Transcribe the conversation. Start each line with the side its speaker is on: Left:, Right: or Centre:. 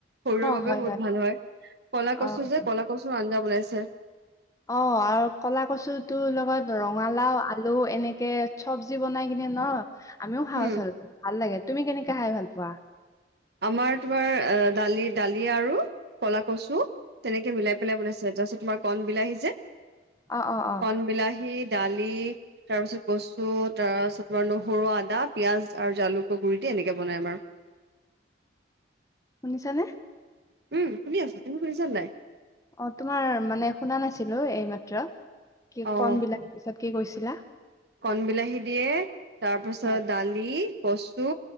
Right: শৰীৰৰ
Left: অ',
Right: বাবেও
Left: হয়,
Right: বহুত ভাল হয়। ক'লা
Left: অ',
Right: কচু যে ক'লা কচুৰ আঞ্জা বনাইছে।
Left: অঁ' আৰু ক'লা কচুটো লগত ৰঙালাও, আলু এনেকে চব্জি বনাই কিনে ন' আমিও খাওঁ
Right: হম
Left: <unintelligible> ভাল লাগে। তুমি কেনেকে খাই ভাল পোৱা?
Right: আমাৰ, তোমাৰ দালি দালি আৰু ক'লা কচু তেনেকে মিলাই পেলাই বনাইছে তাৰপিছত তোমাৰ কণ বিলাহী যে
Left: অহ'-অহ'-অহ'।
Right: কণ বিলাহী, দালি তাৰপিছত কচু তাৰপাছত নহৰু, আদা, পিয়াজ আৰু জালুকৰ গুৰি দি এনেকে বনাই আমাৰ।
Left: শুনিছা নে?
Right: উমঁ' শুনি আছো। তুমি শুনিছানে নাই?
Left: অঁ' তোমাৰ মানে শুনা নাছিলো এইমাত্ৰ। কি
Right: অ
Left: কণ বিলাহী পিছত কি কৈছিলা?
Right: কণ বিলাহী দিয়ে তাৰপিছত
Left: হয়,
Right: দালি কচু